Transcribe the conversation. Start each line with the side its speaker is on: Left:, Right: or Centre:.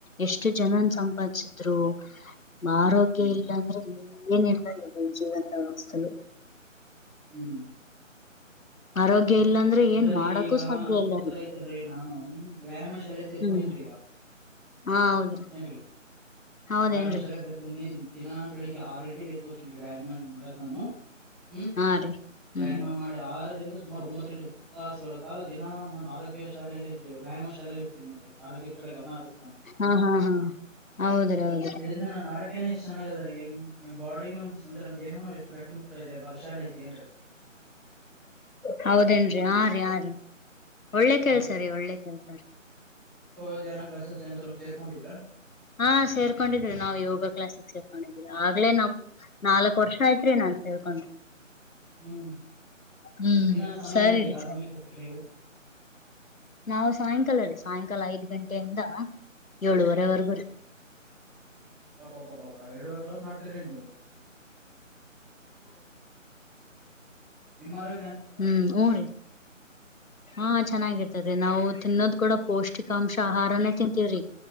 Left: ಎಷ್ಟು ಜನನ್ ಸಂಪಾದಿಸಿದ್ರು ನಮ್ಮ ಆರೋಗ್ಯ
Centre: ಹ್ಮ್
Left: ಇಲ್ಲ ಅಂದ್ರೆ ಏನ ಇರ್ಲ ಜೀವನದ ವಸ್ತುಲು
Centre: ಹ್ಮ್
Left: ಆರೋಗ್ಯ ಇಲ್ಲ ಅಂದ್ರೆ
Centre: ಇಲ್ಲರೀ
Left: ಏನ್ ಮಾಡಕ್ಕೂ
Centre: ಈಗ
Left: ಸಾಧ್ಯ
Centre: ಅದಕ್ಕೋಸ್ಕರ
Left: ಇಲ್ಲ ರೀ
Centre: ಐತಲ್ರರಿ ನಾನು ವ್ಯಾಯಾಮ ಶಾಲೆಗೆ ಸೇರ್ಕೊಂಡನ್ರೀ
Left: ಹ್ಮ್
Centre: ಈಗ
Left: ಹಾ ಹೌದ್ರಿ
Centre: ಏನ್ರೀ
Left: ಹೌದೇನ್ರಿ
Centre: ವಾಯಾಮ ಶಾಲೆಗೆ ಸರ್ಕೊಂಡ ನೀ ದಿನ ಬೆಳಿಗ್ಗೆ ಆರು ಗಂಟೆಗೆ ಎದ್ದಕನ್ರಿ ವ್ಯಾಯಾಮ ಮಾಡಕಕ್ ನಾನು ಹ್ಮ್
Left: ಹಾ ರೀ
Centre: ವ್ಯಾಯಾಮ
Left: ಹ್ಮ್
Centre: ಮಾಡಿ ಆರರಿಂದ ಸುಮಾರು ಒಂಬತ್ತು ಗಂಟೆ <inaudible> ಾಸುಗಳ ಕಾಲ ದಿನ ನಾನು ಆರೋಗ್ಯ ಶಾಲೆಯಲ್ಲಿ ಇರ್ೀ ವ್ಯಾಯಾಮ ಶಾಲೆಯಲ್ಲಿ ಇರ್ತೀನಿ ನೋಡಿರ್ಯದ ಕಡೆ ಗಮನ ಹತ ಹ್ಮ್
Left: ಹಾ ಹಾ ಹಾ ಹೌದ್ರಿ ಹೌದ್ರಿ
Centre: ಇದರಿಂದ ನಾ ಆರಕ್ಯನ ಎಷ್ಟ್ ಚೆನ್ನಾಗ ಅದ ರೀ ಹ್ಮ ಬಾಡಿನು ಅಂದ್ರೆ ದೇಹನು ಎಷ್ಟು ಗಟ್ಟಿ ಮುಟ್ಟು ಇದೆ ಬಲಶಾಲೆ ಐತೆ ಏನ್ರರಿ
Left: ಹೌದೇನ್ರಿ ಆ ರರಿ ಆ ರೀ ಒಳ್ಳೆ ಕೆಲ್ಸ
Centre: ಹೌದ್ರಿ
Left: ರಿ ಒಳ್ಳೆ ಕೆಲ್ಸ ರಿ
Centre: ಯೋಗ ಕ್ಲಾಸಸ್ ಏದರು ಸೇರ್ಕೊಂಡಿದ್ದಿದರಾ
Left: ಹಾ ಸೇರ್ಕೊಂಡಿದ್ರಿ ನಾವು ಯೋಗ ಕ್ಲಾಸಿಗೆ ಸೇರ್ಕೊಂಡಿದ್ವಿ ಆಗ್ಲೇ ನಾವು ನಾಲ್ಕಕ್ ವರ್ಷ ಆಯ್ತ್ರಿ ನಾ ಹ
Centre: ಹ್ಮ್
Left: ಹ್ಮ್
Centre: ದಿನ ಸಮಯ
Left: ಸರಿ
Centre: ಏನ್ರಿ
Left: ರೀ
Centre: ಯಾವ್ ಸಮಯಕ್ಕೆ ಹೋಗ್ತೀರಿ ನೀವು
Left: ನಾವವು ಸಾಯಂಕಾಲ ರೀ ಸಾಯಂಕಾಲ ಐದ್ ಗಂಟೆಯಿಂದ ಏಳುವರೆವರೆಗೂ ರೀ
Centre: ಬಾಬಾಬ್ಬಾಬ್ಬ್ಬಾ ಎರಡುವರ್ ತಾಸ ಮಾಡ್ತರಿ ನೀವು ನಿಮ್ಮವರು
Left: ಹ್ಮ್ ಊ ರಿ ಹಾ ಚೆನ್ನಾಗಿರ್ತದೆ ನಾವು ತಿನ್ನೋದ್ ಕೂಡ ಪೌಷ್ಟಿಕಾಂಶ ಆಹಾರಾನೇ ತಿಂತೀವ್ರಿ